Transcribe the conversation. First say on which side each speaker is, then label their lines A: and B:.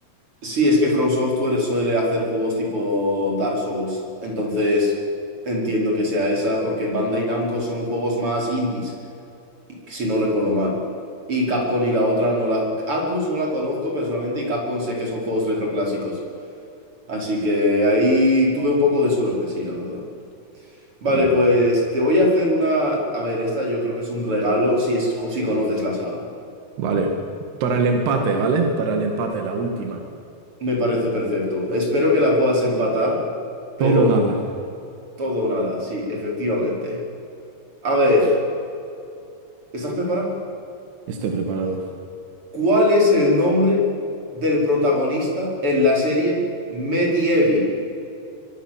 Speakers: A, on the right; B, on the right.
A: Sí, es que From Software suele hacer juegos tipo Dark Souls, entonces entiendo que sea esa porque Bandai Namco son juegos más indies, y- si no recuerdo mal. Y Capcom y la otra no la... Atlus no la conozco personalmente y Capcom sé que son juegos retroclásicos. Así que ahí tuve un poco de suerte, sí, la verdad. Vale,
B: Bueno,
A: pues te voy a hacer una... A ver, esta yo creo que es un regalo si, es... si conoces la saga.
B: vale. Para el empate, ¿vale? Para el empate, la última.
A: Me parece perfecto. Espero que la puedas empatar, pero
B: Todo o nada.
A: todo o nada, sí, efectivamente. A ver, ¿estás preparado?
B: Estoy preparado.
A: ¿Cuál es el nombre del protagonista en la serie Medieval?